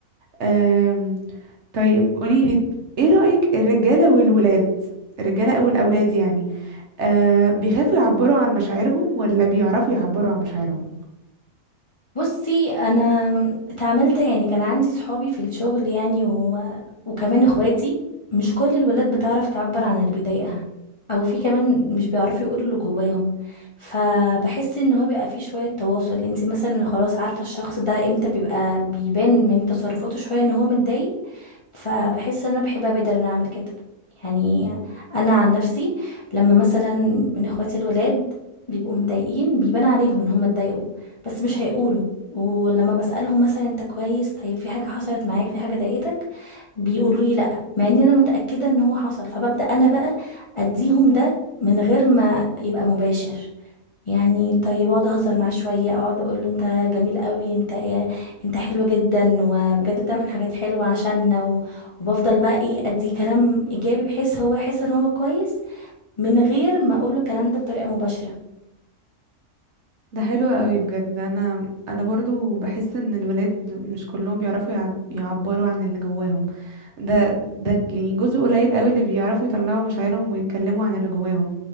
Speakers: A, on the right (about 55°); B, on the left (about 35°).
A: أم... طيب قولي لي ايه رايك الرجاله والولاد الرجاله او الاولاد يعني أه بيخافوا يعبروا عن مشاعرهم ولا بيعرفوا يعبروا عن مشاعرهم
B: بصي انا اتعاملت يعني كان عندي صحابي في الشغل يعني و... وكمان اخواتي مش كل الولاد بتعرف تعبر عن اللي بيضايقها او في كمان مش بيعرفوا يقولوا اللي جواهم فبحس ان هو بيبقى فيه شوية تواصل انت مثلا خلاص عارفة الشخص ده امتى بيبقى بيبان من تصرفاته شوية ان هو متضايق فبحس ان انا بحب ابادر ان انا اعمل كده يعني انا عن نفسي لما مثلا من اخواتي الولاد بيبقوا متضايقين بيبان عليهم ان هم اتضايقوا بس مش هيقولوا ولما بسألهم مثلا انت كويس طيب في حاجة حصلت معاك في حاجة ضايقتك بيقولوا لي لا مع ان انا متأكدة ان هو حصل فببدأ انا بقى اديهم ده من غير ما يبقى مباشر يعني طيب اقعد اهزر معاه شويه اقعد اقول له انت جميل قوي انت ايه انت حلو جدا وبجد بتعمل حاجات حلوه عشاننا و... وبفضل بقى ايه اديه كلام ايجابي بحيث هو يحس ان هو كويس من غير ما اقول له الكلام ده بطريقه مباشره
A: ده حلو قوي بجد انا انا برضو بحس ان الولاد مش كلهم بيعرفوا يعب... يعبروا عن اللي جواهم ده ده يعني جزء قليل قوي اللي بيعرفوا يطلعوا مشاعرهم ويتكلموا عن اللي جواهم